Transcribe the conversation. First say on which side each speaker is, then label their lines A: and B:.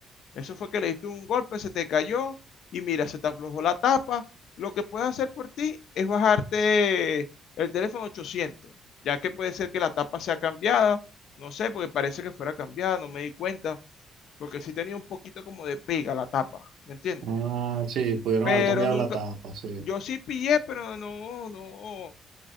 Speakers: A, on the left (about 75°); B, on the right (about 75°).
A: Eso fue que le diste un golpe, se te cayó y mira, se te aflojó la tapa. Lo que puedes hacer por ti es bajarte el teléfono 800, ya que puede ser que la tapa sea cambiada. No sé, porque parece que fuera cambiada, no me di cuenta, porque sí tenía un poquito como de pega la tapa, ¿me entiendes?
B: Ah, sí, pudieron
A: Pero
B: haber cambiado
A: nunca,
B: la tapa, sí.
A: yo sí pillé, pero no, no,